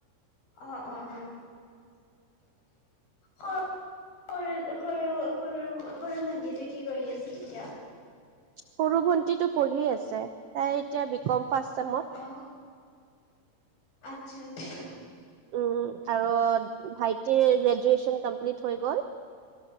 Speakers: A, on the left; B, on the right.
A: অ- অ- অ সৰু- সৰু- সৰু- সৰু ভণ্টিতো কি কৰি আছে এতিয়া?
B: সৰু ভন্টিটো পঢ়ি আছে, তাই এতিয়া বিকম ফাচ চেমত।
A: অ আচ্ছা-আচ্ছা।
B: উ, আৰু ভাইটিৰ গ্ৰেজুৱেচন কমপ্লিট হৈ গ'ল।